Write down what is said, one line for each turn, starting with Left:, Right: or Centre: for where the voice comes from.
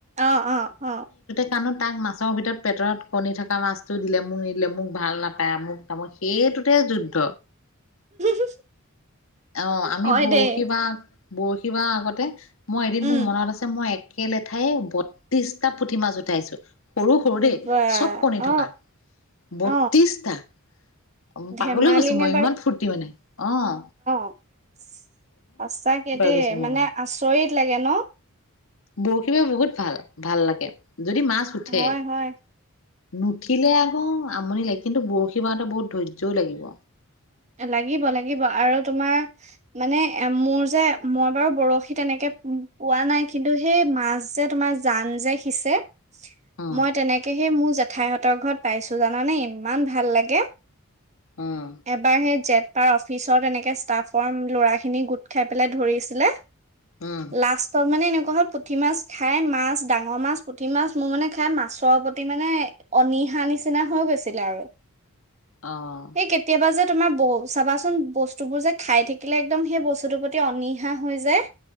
Right: অ অ অ
Left: কাৰণো তাক মাছৰ ভিতৰত পেটৰত কণী থকা মাছটো দিলে মোক নিদিলে মোক ভাল নাপায় আমোক তামোক সেইটোতে যুদ্ধ
Right: অ',
Left: অ আমি
Right: হয়
Left: বৰশী
Right: দেই
Left: বাও বৰশী কিবা আগতে মই এদিন মোৰ
Right: উম।
Left: মনত আছে মই এক একে লেঠাইে বত্ৰিশটা পুঠি মাছ উঠাইছো সৰু সৰু দেই
Right: বা
Left: চব কণী
Right: অ
Left: থকা বত্ৰিশটা
Right: অ
Left: অঁ পাগল
Right: ধেমালি
Left: হৈ গৈছো
Right: নে
Left: মই ইমান ফুৰ্তি মানে অঁ
Right: অঁ সচাঁকৈয়ে দেই
Left: গৈছো মই
Right: মানে আচৰিত লাগে ন
Left: বৰশী ব বহুত ভাল ভাল লাগে যদি মাছ উঠে
Right: হয় হয়
Left: নুঠিলে আকৌ আমনি লাগে কিন্তু বৰশী বাৰতে বহুত ধৈৰ্যও লাগিব
Right: লাগিব লাগিব আৰু তোমাৰ মানে এ মোৰ যে মই বাৰু বৰশী তেনেকেই পোৱা নাই কিন্তু সেই মাছ যে তোমাৰ জান যে সিঁচে
Left: উম,
Right: মই তেনেকৈহে মোৰ জে জেঠাইহঁতৰ ঘৰত পাইছো জানানে ইমান ভাল লাগে
Left: অঁ
Right: এবাৰহে জেঠ পাৰ অঁ অফিচৰ তেনেকেই ষ্টাফৰ ল'ৰাখিনি গোট খাই পেলাই ধৰিছিলে
Left: উম,
Right: লাষ্টত মানে এনেকুৱা হ'ল পুঠি মাছ খাই মাছ ডাঙৰ মাছ পুঠি মাছ মোৰ মানে খাই মাছৰ প্ৰতি মানে অনীহা নিচিনা হৈ গৈছিলে আৰু
Left: অঁ
Right: সেই কেতিয়াবা যে তোমাৰ ব চাবাচোন বস্তু বোৰ যে খাই থাকিলে একদম সেই বস্তুটোৰ প্ৰতি অনীহা হৈ যায়